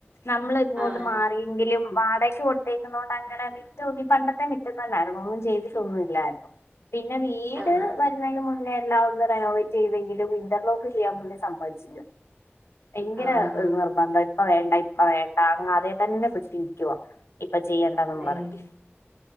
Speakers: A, on the left; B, on the right.
A: നമ്മള ഇങ്ങോട്ട്
B: ആഹ്
A: മാറി- എങ്കിലും വാടകക്ക് കൊടുത്തേക്കുന്നത് കൊണ്ട് അങ്ങനെ മിറ്റമൊന്നും പണ്ടത്തെ മിറ്റം തന്നാരുന്നു ഒന്നും- ചെയ്തിട്ടൊന്നില്ലായിരുന്നു പിന്നെ വീട്-
B: ആഹ്
A: പിന്നെ അതിനുമുന്നേ എല്ലാ ഒന്ന് റെനോവേറ്റ് ചെയ്തെങ്കിലും ഇന്റർലോക്ക് ചെയ്യാൻ പുള്ളി സമ്മതിച്ചില്ല ഭയങ്കര
B: ആഹ്
A: നിർബന്ധം ഇപ്പ വേണ്ട ഇപ്പ വേണ്ട അങ്ങ് അതെ തന്നെ പിടിച്ചുനിക്കുവാ ഇപ്പൊ ചെയ്യണ്ടാന്നും
B: അയ്യോ
A: പറഞ്ഞ്